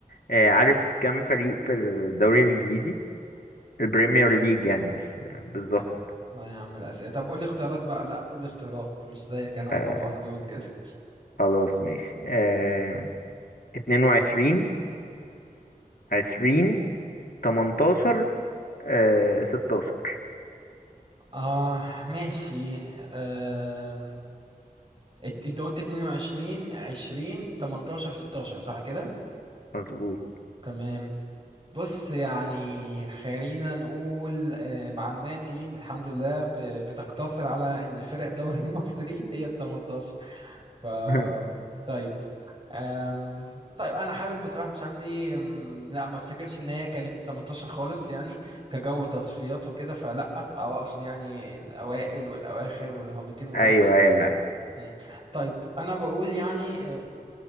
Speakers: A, on the left (about 80°); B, on the right (about 35°).
A: آه عارف كم فريق في الدوري الانجليزي البريمير ليج يعني مش بالظبط
B: يا- الله يا عم الاسئله طب قول لي اختيارات بقى لا قول لي اختيارات مش زيك انا
A: آه
B: هجاوب على طول كده
A: خلاص ماشي آه 22 20 18 آه 16
B: اه ماشي أم... ات- انت قلت 22 20 18 16 صح كده
A: مظبوط
B: تمام بص يعني خلينا نقول آه، معلوماتي الحمد لله ب- بتقتصر على ان فرق الدوري <laughs> المصري هي ال 18 ف
A: <laughs>
B: طيب أم... طيب انا حابب بصراحه مش عارف ليه أم، لا ما افتكرش ان هي كانت 18 خالص يعني كجو تصفيات وكده فلا او اقصد يعني الاوائل والاواخر والهابطين وكده
A: ايوه
B: فلا
A: ايوه ايوه
B: مم. طيب انا بقول يعني